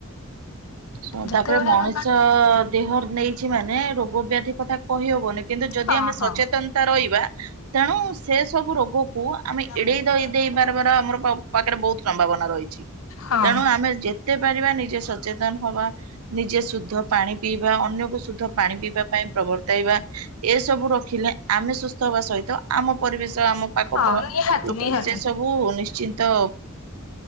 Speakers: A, on the right; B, on the left.
A: ଶୁ
B: ଯେତେବେଳେ
A: ତାପରେ ମଣିଷ
B: ଆମେ ପାଣି
A: ଦେହ ନେଇଛି ମାନେ ରୋଗ ବ୍ୟାଧି କଥା କହିହବନି। କିନ୍ତୁ ଯଦି
B: ହଁ
A: ଆମେ
B: ହଁ
A: ସଚେତନତା ରହିବା ତେଣୁ ସେ ସବୁ ରୋଗକୁ ଆମେ
B: ହଁ।
A: ଏଡେଇ <unintelligible> ଦେଇ <unintelligible> ଆମର ପାଖରେ ବହୁତ୍ ସମ୍ଭାବନା ରହିଛି
B: ହଁ
A: ତେଣୁ ଆମେ ଯେତେ ପାରିବା ନିଜେ ସଚେତ <unintelligible> ହବା ନିଜେ ଶୁଦ୍ଧ ପାଣି ପିଇବା ଅନ୍ୟକୁ ଶୁଦ୍ଧ ପାଣି ପିଇବା ପାଇଁ ପ୍ରବର୍ତ୍ତାଇବା ଏସବୁ ରଖିଲେ ଆମେ ସୁସ୍ଥ ହେବା ସହିତ ଆମ ପରିବେଶ ଆମ ପାଖ
B: ହଁ ନିହାତି
A: ଲୋକ
B: ନିହାତି
A: ସେ ସବୁ ନିଶ୍ଚିତ